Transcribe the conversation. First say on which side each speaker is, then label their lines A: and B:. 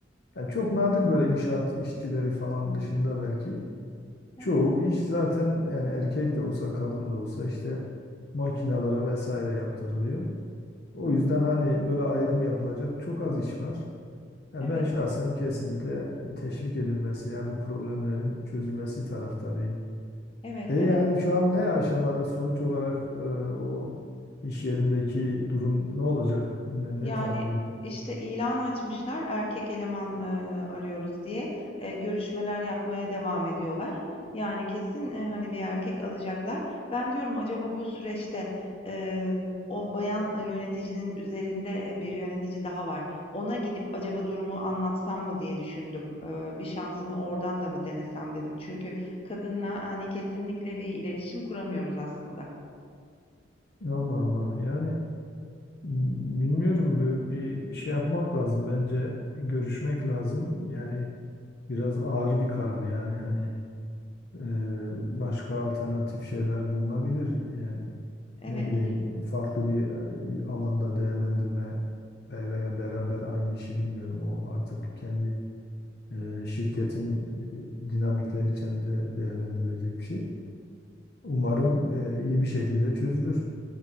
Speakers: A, on the left (about 60°); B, on the left (about 30°).
A: Yani çok nadir böyle inşaat işçileri falan dışında belki.
B: evet.
A: Çoğu iş zaten yani erkek de olsa kadın da olsa işte makinalara vesaire yaptırılıyor. O
B: Hı hı.
A: yüzden hani böyle ayrım yapılacak çok az iş var. Yani
B: Evet.
A: ben şahsen kesinlikle e, teşvik edilmesi ya bu problemlerin çözülmesi taraftarıyım.
B: Evet,
A: E
B: evet.
A: yani şu an ne aşamada sonuç olarak e, o iş yerindeki durum ne olacak? Ne,
B: Yani
A: ne tahmin ediyorsun?
B: işte ilan açmışlar erkek eleman e, arıyoruz diye. E, görüşmeler yapmaya devam ediyorlar. Yani kesin e, hani bir erkek alacaklar. Ben diyorum acaba bu süreçte e, o bayan e, yöneticinin üzerinde e, bir yönetici daha var. Ona gidip acaba durumu anlatsam mı diye düşündüm. E, bir şansımı oradan da mı denesem dedim. Çünkü kadınla hani kesinlikle bir iletişim kuramıyoruz aslında.
A: Allah Allah. Yani b- bilmiyorum bir, bir şey yapmak lazım. Bence görüşmek lazım. Yani biraz ağır bir karar yani hani e, başka alternatif şeyler bulunabilir. Yani
B: Evet,
A: ne bileyim farklı bir e, alanda değerlendirme ve- veya beraber aynı işi bilmiyorum. O artık kendi e, şirketin e, dinamikleri içinde değerlendirilecek bir şey. Umarım e, iyi bir şekilde çözülür.